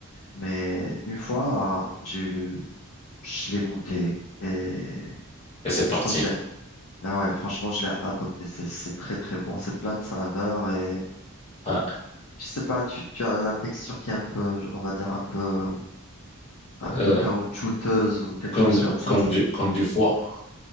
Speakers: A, on the left; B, on the left.
A: mais une fois, j'ai eu le- je l'ai goûté et
B: Et c'est
A: franchement,
B: parti.
A: je l'ai, ah ouais, franchement, je l'ai adopté. C'est, c'est très, très bon. C'est plein de saveurs et
B: Ouais.
A: je sais pas, tu, tu as la texture qui est un peu, on va dire, un peu, un
B: Euh,
A: peu caoutchouteuse ou quelque
B: comme,
A: chose comme ça.
B: comme du, comme du foie.